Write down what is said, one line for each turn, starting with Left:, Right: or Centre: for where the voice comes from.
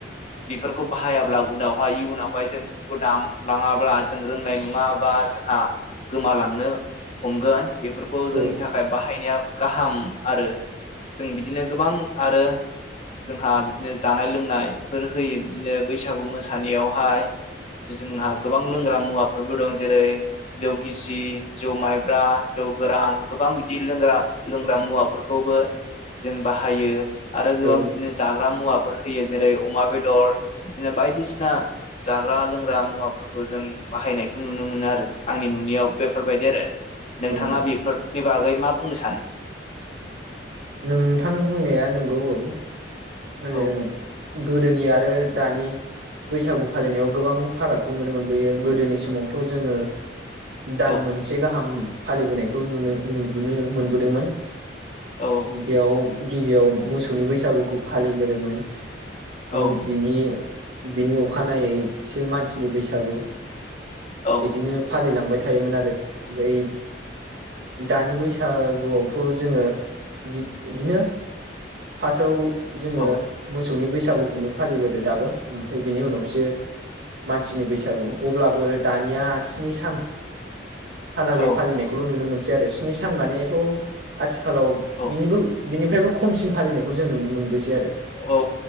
Left: बेफोरखौ बाहायाब्ला उनावहाय इयुनावहाय जों <unintelligible> खौ दाम लाङाब्ला जों रोंनाय नङा बा जोंहा गोमालांनो हमगोन। बेफोरखौ
Right: औ
Left: जोंनि थाखाय बाहायनाया गाहाम आरो। जों बिदिनो गोबां आरो जोंहा बिदिनो जानाय लोंनायफोर होयो बिदिनो बैसागु मोसानायावहाय जोंहा गोबां लोंग्रा मुवाफोरबो दं जेरै जौ गिसि जौ माइब्रा जौ गोरान गोबां बिदि लोंग्रा लों ग्रा मुवाफोरखौबो जों बाहायो। आरो गोबां
Right: औ
Left: बिदिनो जाग्रा मुवा फोर होयो जेरै अमा बेदर बिदिनो बायदिसिना जाग्रा लोंग्रा मुवाफोरखौ जों बाहायनायखौ नुनो मोनो आरो। आंनि नुनायाव बेफोरबायदि आरो
Right: औ
Left: नोंथाङा बेफोर नि बागै मा बुंनो सानो?
Right: नोंथां बुंनाया नंगौ औ। <unintelligible>
Left: औ
Right: गोदोनि आरो दानि बैसागु फालिनायाव गोबां फारागखौ नुनो मोनबोयो गोदोनि समावथ' जोङो दान
Left: औ
Right: मोनसे गाहाम फालिबोनायखौ नुनो नुबोनो मोनबोदोंमोन।
Left: औ
Right: बेयाव गिबियाव मोसौनि बैसागुखौ फालिग्रोमोन। मोन
Left: औ
Right: बिनि बिनि अखानायैसो मानसिनि बैसागु
Left: औ
Right: बिदिनो फालिलांबाय थायोमोन आरो ओमफ्राय दानि बैसागुआव थ' जोङो बिद बिदिनो फास्टआव जोङो
Left: औ
Right: मोस सौनि बैसागुखौनो फालिग्रो दाबो उम फ्राय बेनि उनावसो मानसिनि बैसागु अब्लाबो दानिया स्नि सान हालागै
Left: औ
Right: फालिनायखौल' नुनो मोनसै। आरो स्नि सान मानेथ' आथिखालाव
Left: औ
Right: बिनिबो बिनिफ्रायबो खमसिन फालिनायखौ जों नुनो मोनबैस सै आरो
Left: औ